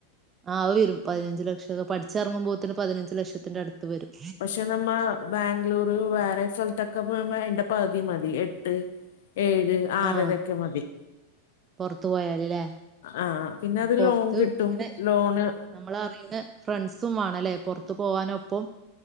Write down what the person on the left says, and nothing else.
പിന്നെമ്മൾ ബാംഗ്ലൂറ് വേറെ സ്ഥലത്തൊക്കെപ്പോവുമ്പോ അയിന്റെ പവുതി മതി എട്ട് ഏഴ് ആറരൊക്കെ
മതി
ആഹ് പിന്നെ അത്
ലോൺ കിട്ടും
ലോണ്